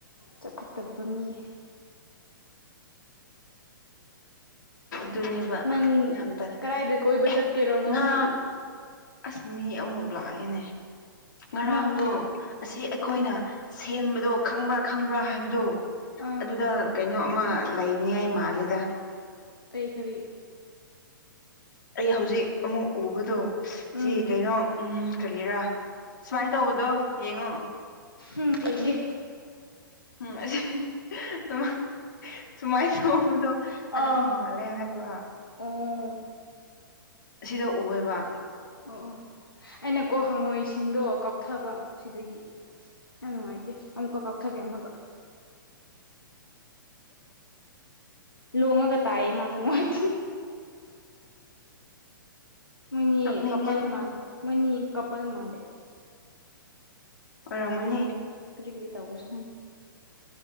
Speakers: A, on the left; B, on the left.
A: ꯆꯥꯎꯈꯠꯇꯕ ꯃꯤ
B: ꯑꯗꯨꯅꯦꯕ
A: ꯅꯪ
B: ꯌꯥꯝ ꯇꯜꯂ
A: ꯀꯗꯥꯏꯗ ꯀꯣꯏꯕ
B: ꯑꯦ
A: ꯆꯠꯀꯦꯔꯣ ꯉꯁꯤ
B: ꯉꯥ ꯑꯁ ꯃꯤ ꯑꯃꯨꯛ ꯂꯥꯛꯑꯦꯅꯦ ꯉꯔꯥꯡꯗꯣ
A: ꯀꯅꯥ ꯃꯤꯔꯣ
B: ꯑꯁꯤ ꯑꯩꯈꯣꯏꯅ
A: ꯑꯥ
B: ꯁꯦꯝꯕꯗꯣ ꯈꯪꯕ꯭ꯔꯥ ꯈꯪꯕ꯭ꯔꯥ ꯍꯥꯏꯕꯗꯣ
A: ꯑꯥ
B: ꯑꯗꯨꯗ ꯀꯩꯅꯣ ꯑꯃ ꯂꯩꯅꯤꯉꯥꯏ ꯃꯥꯜꯂꯤꯗ
A: ꯀꯔꯤ ꯀꯔꯤ
B: ꯑꯩ ꯍꯧꯖꯤꯛ ꯑꯃꯨꯛ ꯎꯕꯗꯣ ꯁꯤ
A: ꯎꯝ
B: ꯀꯩꯅꯣ ꯀꯔꯤꯔꯥ ꯁꯨꯃꯥꯏꯅ ꯇꯧꯕꯗꯣ ꯌꯦꯡꯉꯣ
A: ꯎꯝ ꯌꯦꯡꯒꯦ
B: ꯎꯝ ꯑꯁꯤ ꯁ ꯁꯨꯃꯥꯏꯅ ꯊꯣꯡꯕꯗꯣ ꯑꯗꯨꯝ
A: ꯑꯥ ꯑꯣ
B: ꯃꯥꯜꯂꯦ ꯍꯥꯏꯕ
A: ꯑꯣ
B: ꯑꯁꯤꯗ ꯎꯑꯕ
A: ꯑꯣ ꯑꯣ ꯑꯩꯅꯀꯣ ꯍꯪꯉꯣꯏꯁꯤꯡꯗꯣ ꯀꯥꯎꯊꯕ ꯁꯤꯗꯒꯤ ꯌꯥꯝꯪ ꯃꯥꯥꯏꯇ ꯑꯀ ꯀ ꯑꯣꯈꯒꯤꯦ ꯑꯃꯒ ꯂꯣꯡꯉꯒ ꯇꯥꯏꯌꯦ ꯃꯥꯗ ꯅꯨꯡꯉꯥꯏꯇꯤꯡ ꯃꯅꯤ
B: ꯅꯣꯛꯅꯤꯡꯉꯦꯍꯦ
A: ꯀꯄꯥꯜ ꯃꯥꯂꯦ ꯃꯅꯤ ꯀꯄꯜ ꯃꯥꯂꯦ
B: ꯑꯣ ꯔꯃꯅꯤ
A: ꯀꯔꯤ ꯀꯔꯤ ꯇꯧꯕꯁꯨ